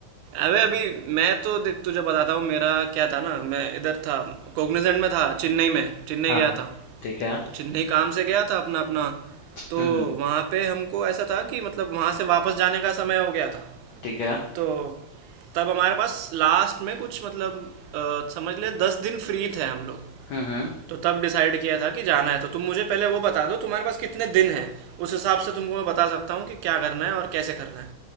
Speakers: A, on the right; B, on the left.
A: अबे अभी मैं तो देख तुझे बताता हूँ मेरा क्या था ना मैं इधर था कोग्निजेंट में था चेन्नई में चेन्नई
B: हाँ
A: गया
B: हाँ
A: था
B: ठीक है हम्म
A: तो चेन्नई काम से गया था अपना अपना तो
B: हम्म
A: वहाँ पे हमको ऐसा था कि मतलब वहाँ से वापस जाने का समय हो गया था
B: ठीक है
A: तो तब हमारे पास लास्ट में कुछ मतलब अ, समझ ले दस दिन फ्री थे हम लोग
B: हम्म हम्म
A: तो तब डिसाइड किया था कि जाना है तो तुम मुझे पहले वो बता दो तुम्हारे पास कितने दिन हैं उस हिसाब से तुमको मैं बता सकता हूँ कि क्या करना है और कैसे करना है